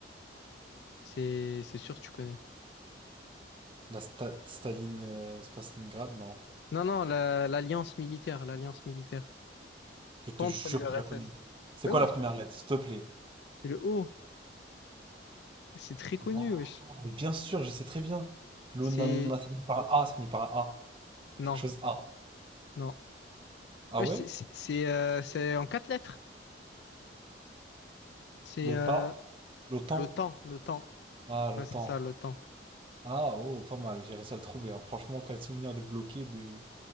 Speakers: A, on the left; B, on the right.
A: C'est, c'est sûr que tu connais.
B: La Sta- Staline, euh, c'est pas Stalingrad, non.
A: Non, non, la- l'alliance militaire, l'alliance militaire
B: Je te
A: contre
B: jure
A: l'URSS.
B: que je la connais. C'est
A: Ben
B: quoi
A: oui,
B: la
A: tu
B: première
A: veux.
B: lettre, s'il te plaît?
A: c'est le O. C'est très connu,
B: Wow,
A: wesh.
B: mais bien sûr, je sais très bien. L'ONANA,
A: C'est,
B: ça finit par un A, ça finit par un A.
A: non,
B: Quelque chose A.
A: non.
B: Ah
A: Wesh,
B: ouais?
A: c'est, c'est, c'est euh, c'est en quatre lettres. C'est
B: L'OTA?
A: euh,
B: L'OTAN?
A: l'OTAN, l'OTAN.
B: Ah, l'OTAN.
A: Ouais, c'est ça, l'OTAN.
B: Ah, oh, pas mal, j'ai réussi à le trouver. hein. Franchement, quel souvenir débloqué de,